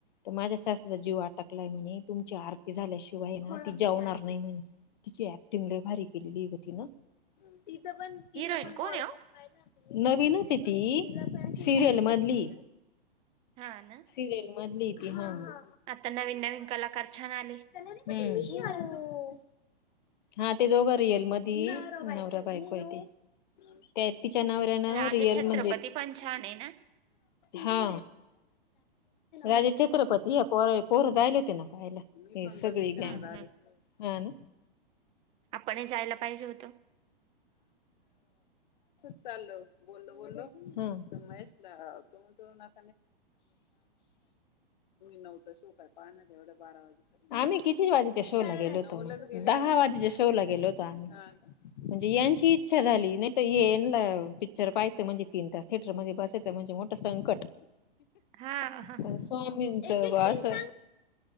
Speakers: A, on the left (about 50°); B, on the right (about 20°).
A: तर माझ्या सासूचा जीव आटकलाय म्हणे तुमची आरती झाल्याशिवाय ना ती जेवणार नाही म्हणे तिची एकटिंग लय भारी केलेली ग तिन तिचं पण तिचं
B: हिरोईन
A: पण
B: कोण
A: पॉड
B: आहे
A: कास नवीनच ये ती सिरियल
B: हो
A: मधलीये
B: हा ना
A: सिरियल बदली हाय ती हा हा
B: आता नवीन नवीन कलकार छान आ
A: हूं हा ते दोघं रियल मधी नवरा बा ते त्या तिच्या नाव ना
B: राजा
A: रिअल
B: छत्रपती
A: म्हणजे
B: पण छान आहे ना
A: हा
B: हम्म
A: राजे छत्रपती ह्या पोर पोरं जायले होते ना पाहायला ते सगळी गँग
B: हम्म
A: हा न
B: पण हे जायला पाहिजे होत.
A: चाल्ल बोलो बोल्लो हं सहा वाम् नव शो पाहवढ बारा वाज आम्ही कितीच वाजेच्या शो ला गेलो होतो दहा वाजेच्या शो ला गेलो होतो. म्हणजे यांची इच्छा झाली नाहीतना पिक्चर पाहायचं म्हणजे तीन तास थिएटर मध्ये बसायचं म्हणजे मोठं संकट
B: हा ह
A: पण स्वामींच असं